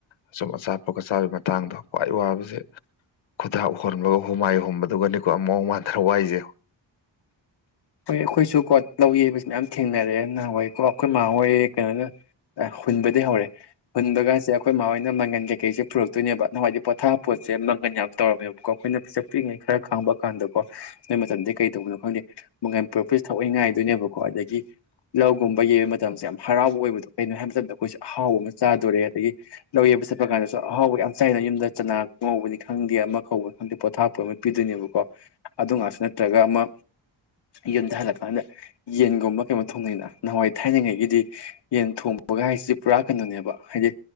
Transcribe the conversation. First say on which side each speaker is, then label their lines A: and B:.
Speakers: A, on the left; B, on the left.
A: ꯑꯁꯨꯝ ꯑꯆꯥꯄꯣꯠꯀ ꯆꯥꯕꯒꯤ ꯃꯇꯥꯡꯗꯣ ꯈ꯭ꯋꯥꯏ ꯋꯥꯕꯁꯦ ꯈꯨꯊꯥꯛ ꯍꯣꯟꯂꯒ ꯍꯨꯃꯥꯏ ꯍꯣꯟꯕꯗꯨꯒꯅꯤꯀꯣ ꯃꯨꯑꯣꯡ ꯃꯟꯊꯔ ꯋꯥꯏꯖꯦ
B: ꯍꯣꯏ ꯑꯩꯈꯣꯏꯁꯨ ꯀꯣ ꯂꯧ ꯌꯩꯕꯁꯤ ꯃꯌꯥꯝ ꯊꯦꯡꯅꯔꯦ ꯅꯍꯥꯟꯏꯀꯣ ꯑꯩꯈꯣꯏ ꯃꯥꯥ ꯍꯣꯏ ꯀꯩꯅꯣꯅ ꯍꯨꯟꯕꯗꯤ ꯍꯧꯔꯦ ꯍꯨꯟꯕꯒꯁꯦ ꯑꯩꯈꯣꯏ ꯃꯥꯥꯍꯣꯏꯅ ꯃꯪꯒꯟ ꯀꯩꯀꯩꯁꯦ ꯄꯨꯔꯛꯇꯣꯏꯅꯦꯕ ꯅꯍꯥꯟꯋꯥꯏꯗꯤ ꯄꯣꯊꯥ ꯄꯣꯠꯁꯦ ꯃꯪꯒꯟ ꯌꯥꯝ ꯇꯧꯔꯝꯃꯦꯕꯀꯣ ꯑꯩꯈꯣꯏꯅ ꯄꯤꯤꯁꯛ ꯄꯤꯛꯉꯩ ꯈꯔ ꯈꯪꯕ ꯀꯥꯟꯗꯀꯣ ꯅꯣꯏ ꯃꯇꯝꯗꯤ ꯀꯩ ꯇꯧꯕꯅꯣ ꯈꯪꯗꯦ ꯃꯉꯥꯏꯝ ꯄꯨꯔꯛꯄꯁ ꯊꯋꯥꯑꯣꯏ ꯉꯥꯏꯗꯣꯏꯅꯦꯕꯀꯣ ꯑꯗꯒꯤ ꯂꯧꯒꯨꯝꯕ ꯌꯩꯕ ꯃꯇꯝꯁꯦ ꯌꯥꯝ ꯍꯔꯥꯎꯕ ꯑꯣꯏꯕꯗꯣ ꯀꯩꯅꯣ ꯍꯥꯏꯕ ꯃꯇꯝꯗ ꯑꯩꯈꯣꯏꯁꯦ ꯑꯍꯥꯎꯕ ꯑꯃ ꯆꯥꯗꯣꯔꯦ ꯑꯗꯒꯤ ꯂꯧ ꯌꯩꯕ ꯆꯠꯄ ꯀꯥꯟꯗꯁꯨ ꯑꯍꯥꯎꯕ ꯌꯥꯝ ꯆꯥꯏꯅ ꯌꯨꯝꯗ ꯆꯅꯥ ꯉꯧꯕꯅꯤ ꯈꯪꯗꯦ ꯑꯃ ꯀꯧꯕꯧꯕꯅꯤ ꯈꯪꯗꯦ ꯄꯣꯊꯥꯞꯄꯨ ꯑꯃ ꯄꯤꯗꯣꯏꯅꯦꯕꯀꯣ ꯑꯗꯨ ꯉꯥꯛꯁꯨ ꯅꯠꯇ꯭ꯔꯒ ꯑꯃ ꯌꯨꯝꯗ ꯍꯜꯂꯛꯀꯥꯟꯗ ꯌꯦꯟꯒꯨꯝꯕ ꯀꯩꯅꯣ ꯊꯣꯡꯅꯩꯅ ꯅꯍꯥꯟꯋꯥꯏ ꯊꯥꯏꯅꯉꯩꯒꯤꯗꯤ ꯌꯦꯟ ꯊꯣꯡꯕꯒ ꯍꯥꯏꯁꯤꯗꯤ ꯄꯨꯔꯥ ꯀꯩꯅꯣꯅꯦꯕ ꯍꯥꯏꯗꯤ